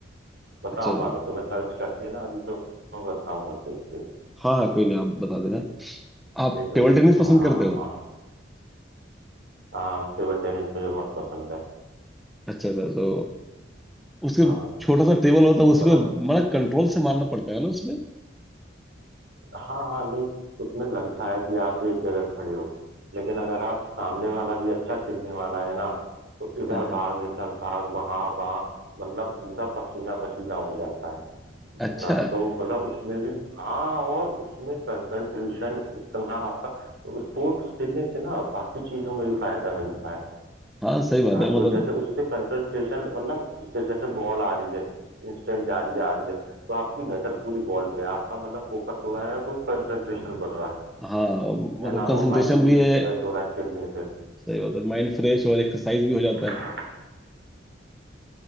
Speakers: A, on the right; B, in the centre.
A: बताऊंगा
B: अच्छा अच्छा।
A: मैं तुम्हें सर्च करके ना अभी तो बताऊंगा देख के
B: हाँ हाँ कोई नहीं आप बता देना आप
A: भेजूंगा
B: टेबल टेनिस पसंद
A: हाँ
B: करते हो
A: हाँ हाँ टेबल टेनिस मुझे बहुत पसंद है
B: अच्छा अच्छा तो उसके
A: हाँ
B: छोटा सा टेबल होता है उसमें
A: मतलब
B: मतलब कंट्रोल से मारना पड़ता है ना उसमें
A: हाँ हाँ नहीं उसमें लगता है कि आप एक जगह खड़े हो लेकिन अगर आप सामने वाला भी अच्छा खेलने वाला है ना तो
B: हाँ
A: इधर
B: हाँ
A: भाग इधर भाग वहाँ वहाँ मतलब पूरा पसीना पसीना हो जाता है
B: अच्छा
A: है ना तो मतलब उसमें भी हाँ और उसमें कंसंट्रेशन इतना आपका स्पोर्ट्स खेलने से ना बाकी चीजों में भी फायदा मिलता है
B: हाँ सही बात
A: है ना
B: है
A: तो
B: मतलब
A: जैसे उससे कंसंट्रेशन मतलब उससे जैसे बॉल आ रही है इंस्टेंट जा रही है आ रही है तो आपकी नजर पूरी बॉल पे है आपका मतलब फोकस हो रहा है ना तो कंसंट्रेशन बढ़ रहा है
B: हाँ मतलब
A: है ना और
B: कंसंट्रेशन
A: माइंड भी रिफ्रेश
B: भी है
A: हो रहा है खेलने से
B: सही बात है माइंड फ्रेश और एक्सरसाइज भी हो जाता
A: हाँ
B: है